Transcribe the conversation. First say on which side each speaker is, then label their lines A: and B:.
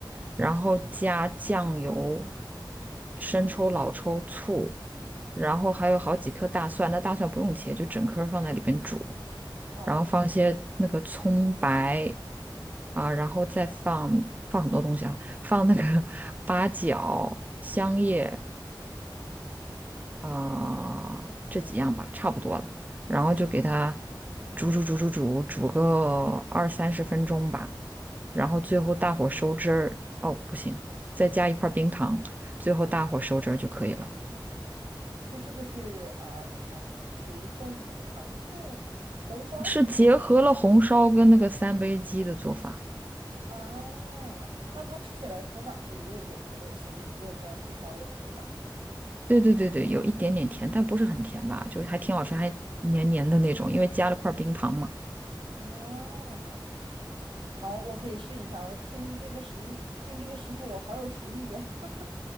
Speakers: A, on the right; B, on the right.
A: 然后加酱油、生抽、
B: 对，
A: 老抽、醋，然后还有好几颗大蒜。那大蒜不用切，就整颗儿放在里边煮，
B: 好，
A: 然后放一些那个葱白啊，然后再放放很多东西啊，放那个 <laughs> 八角、香叶，啊、这几样吧，差不多了。
B: 而且像
A: 然后就给它
B: 嗯，
A: 煮煮煮煮煮煮个二三十分钟吧，然后最后大火收汁儿。哦，不行，再加一块冰糖，最后大火收汁儿就可以了。
B: 所以这个是啊、糖属于算是什么糖醋红烧
A: 是结合了红烧跟那个三杯鸡的做法。
B: 啊？那它吃起来口感就是也有有甜有咸，就有点像红烧的这个感觉
A: 对对对对，有一点点甜，但不是很甜吧，就还挺好吃，还黏黏的那种，因为加了块冰糖嘛。
B: 啊。好，我可以试一下。我听这个食听这个食谱，我好有食欲啊。<laughs>